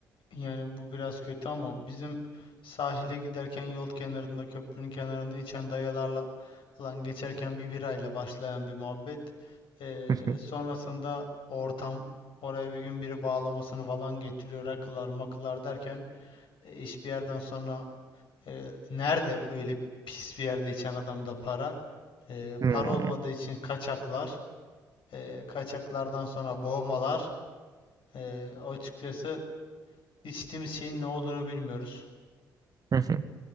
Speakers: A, on the left; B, on the right.
A: Yani bu biraz kötü ama bizim sahile giderken yol kenarında köprünün kenarında içen dayılarla falan geçerken bir birayla başlayan bir muhabbet. Ee,
B: <laughs>
A: sonrasında ortam oraya bir gün biri bağlamasını falan getiriyor rakılar makılar derken e, iş bir yerden sonra e, nerede öyle pis bir yerde içen adamda para? E,
B: Hmm.
A: para olmadığı için kaçaklar. E, kaçaklardan sonra boğmalar. E, açıkçası içtiğimiz şeyin ne olduğunu bilmiyoruz.
B: <laughs>